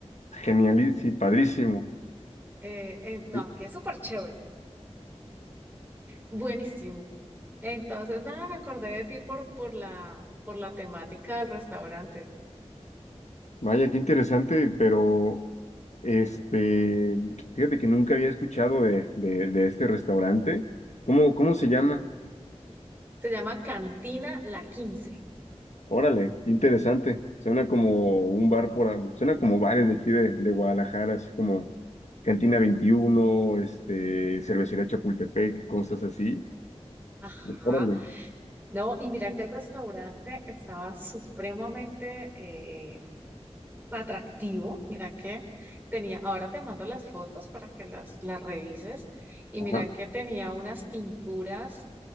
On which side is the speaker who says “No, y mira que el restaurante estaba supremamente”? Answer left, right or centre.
Right